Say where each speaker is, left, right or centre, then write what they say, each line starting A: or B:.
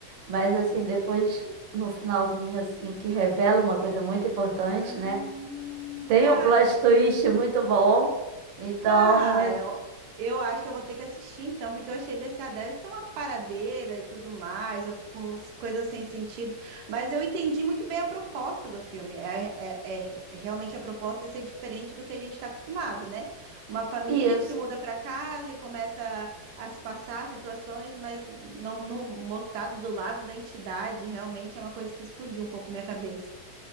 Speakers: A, on the right; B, on the right.
A: Mas assim, depois, no finalzinho, assim, que revela uma coisa muito importante,
B: Ah,
A: né? Tem
B: cara,
A: um plot twist muito bom. Então,
B: Cara,
A: é-
B: ó, eu acho que eu vou ter que assistir então, porque eu achei BCA deve ser uma paradeira e tudo mais, com s- coisas sem sentido. Mas eu entendi muito bem a proposta do filme. É, é- é- é- realmente a proposta é ser diferente do que a gente está acostumado, né? Uma família
A: isso.
B: que se muda para casa e começa a, a se passar situações, mas não, não mostrado do lado da entidade, realmente é uma coisa que explodiu um pouco minha cabeça.